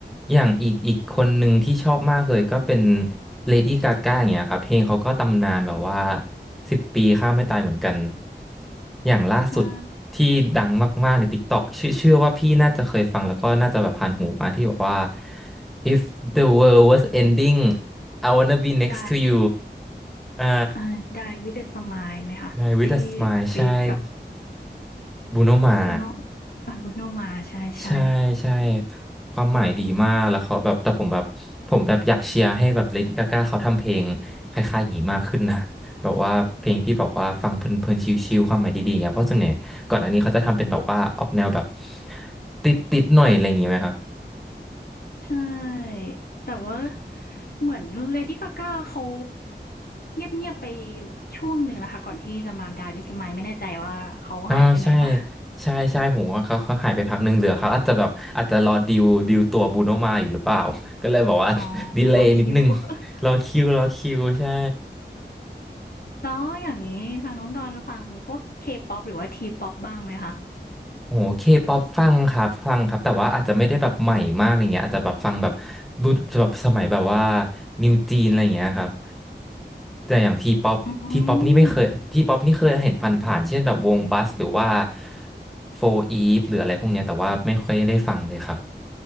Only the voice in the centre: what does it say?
อย่างอีกอีกคนหนึ่งที่ชอบมากเลยก็เป็นเลดี้กาก้าอย่างเงี้ยครับเพลงเขาก็ตำนานแบบว่าสิบปีข้ามไม่ตายเหมือนกันอย่างล่าสุดที่ดังมากๆใน
TikTok ชื่อเชื่อว่าพี่น่าจะเคยฟังแล้วก็น่าจะแบบผ่านหูมาที่บอกว่า If the world was ending I wanna be next
to you อ่า
n i with a smile ใช่บูโนมา
ใช่ใช่ความหมายดีมากแล้วเขาแบบแต่ผมแบบผมแบบอยากเชียร์ให้แบบเลดี้กาก้าเขาทำเพลงคล้ายๆอย่างนี้มากขึ้นนะแบบว่าเพลงที่แบบว่าฟังเพลินๆชิลๆความหมายดีๆอย่างเงี้ยเพราะส่วนใหญ่ก่อนอันนี้เขาจะทำเป็นแบบว่าออกแนวแบบติดๆหน่อยอะไรอย่างงี้ไหมครับ
อ๋อใช่ใช่ใช่ผมว่าเขาเขาหายไปพักหนึ่งเหลือเขาอาจจะแบบอาจจะรอดิวดิวตัวบูโนมาอยู่หรือเปล่า <laughs> ก็เลยบอกว่า
<laughs> ดีเลย์นิดนึง
รอคิวรอคิวใช่
โอ้เคป๊อปฟังครับฟังครับแต่ว่าอาจจะไม่ได้แบบใหม่มากอะไรเงี้ยอาจจะแบบฟังแบบรุ่นแบบสมัยแบบว่านิวจีนอะไรเงี้ยครับแต่อย่างทีป๊อปทีป๊อปนี่ไม่เคยทีป๊อปนี่เคยเห็นผ่านๆเช่นแบบวงบัสหรือว่า
โฟอีฟหรืออะไรพวกเนี้ยแต่ว่าไม่ค่อยได้ฟังเลยครับ